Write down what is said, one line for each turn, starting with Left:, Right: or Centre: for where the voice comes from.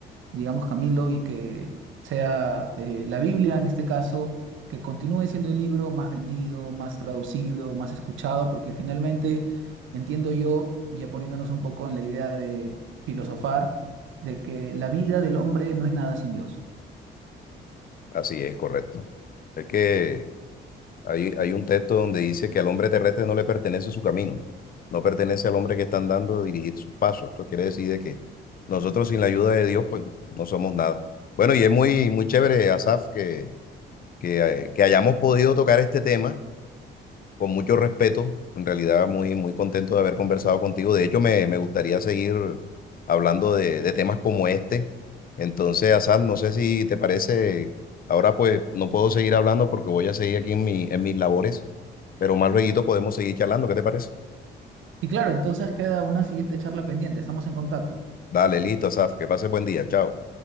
Right: digamos, Camilo, y que sea eh, la Biblia en este caso, que continúe siendo el libro más vendido, más traducido, más escuchado, porque finalmente entiendo yo, ya poniéndonos un poco en la idea de filosofar, de que la vida del hombre no es nada sin Dios.
Left: Así es, correcto. Es que Hay, hay un texto donde dice que al hombre terrestre no le pertenece su camino, no pertenece al hombre que está andando dirigir sus pasos. Eso quiere decir de que nosotros sin la ayuda de Dios, pues no somos nada. Bueno, y es muy, muy chévere, Asaf, que, que, eh, que hayamos podido tocar este tema con mucho respeto, en realidad muy, muy contento de haber conversado contigo. De hecho, me, me gustaría seguir hablando de, de temas como este. Entonces, Hassan, no sé si te parece, ahora pues no puedo seguir hablando porque voy a seguir aquí en mi, en mis labores, pero más luego podemos seguir charlando, ¿qué te parece?
Right: Y claro, entonces queda una siguiente charla pendiente, estamos en contacto.
Left: Dale, listo, Asaf, que pases buen día, chao.